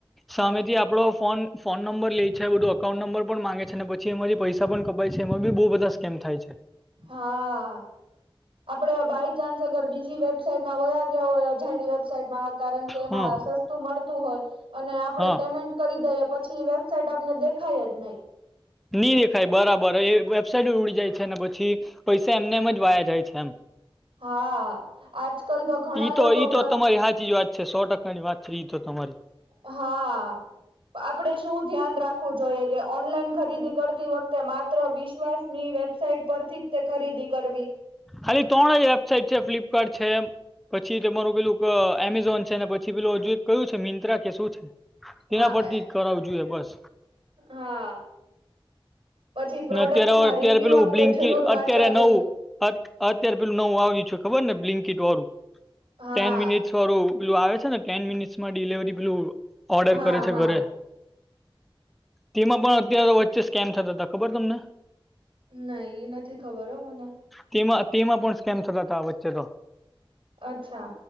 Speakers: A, in the centre; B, on the right.
A: સામેથી આપડો ફોન ફોન નંબર લઈ છે, બધું અકાઉન્ટ નંબર પણ માંગે છે, ને પછી એમાથી પૈ સા પણ કપાય છે એમાં બી બો બધા સ્કેમ થાય છે.
B: હા. આપડે બાય ચાન્સ અગર બીજી વેબસાાઈટમાં વયા ગયા હોય અજાણી વેબસાાઈટમાં કારણ કે એમાં
A: હા
B: સસ્તું મળતું હોય અને આપડે
A: હા
B: પેમેન્ટ કરી દઈએ પછી વેબસાાઈટ આપને દેખાય જ નય
A: ની દેખાય બરાબર એ વેબસાાઈટ ઉડી જાય છે, ને પછી પૈસા એમને એમ જ વાયા જાય છે, એમ
B: હા આજકાલ તો ઘણા
A: ઈ
B: લોકો
A: તો ઈ
B: બ
A: તો તમારી હાચી જ વાત છે, સો ટકા કાની વાત થઈ તો તમારી
B: હા. આપણે શું ધ્યાન રાખવું જોઈએ કે ઓનલાઈન ખરીદી કરતી વખતે માત્ર વિશ્વાસની વે સાઇટ પરથી જ તે ખરીદી કરવી
A: ખાલી ત્રણ જ વેબસાઇટ છે, ફ્લિપકાર્ટ છે. પછી તમારું પેલું અ એમેઝોન છે, ને પછી પેલું અજુ એક કયું છે, મિંત્રા કે શું છે. એના
B: હા
A: પરથી
B: એ
A: જ કરાવું જોઈએ બસ
B: હા. પછી પ્રોડક્ટના
A: ને અત્યારે અત્યારે
B: રિવ્યુ
A: પેલું
B: આપડે
A: બ્લિંકી
B: જરૂર વાંચવા
A: અત્યારે
B: જોઈ
A: નવું અત અત્યારે પેલું નવું આવ્યું છે, ખબર ને બ્લિન્કિટ વાળું
B: હા
A: ટેન મિનિટસ વારું પેલું આવે છે ને ટેન મિનિટ્સમાં ડિલિવરી પેલું ઓર્ડર
B: હા
A: કરે છે,
B: હા
A: ઘરે તેમાં પણ અત્યારે વચ્ચે સ્કેમ થતા હતા ખબર તમને?
B: ના ઈ નથી ખબર હો મને
A: તેમાં તેમાં પણ સ્કેમ થતા હતા આ વચ્ચે તો
B: અચ્છા